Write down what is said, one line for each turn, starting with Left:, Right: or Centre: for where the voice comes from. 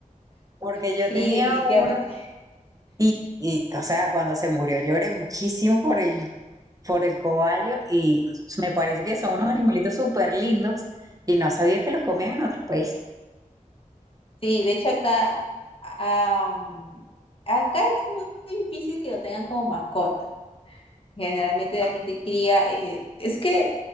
Right: Porque yo
Left: Sí,
Right: tenía
Left: definitivamente.
Right: uno y, y, o sea, cuando se murió lloré muchísimo por el, por el cobayo y me parece que son unos animalitos súper lindos y no sabía que los comían en otros países.
Left: Sí, de hecho acá, am, acá es muy, muy difícil que lo tengan como mascota. Generalmente la gente cría, eh, es que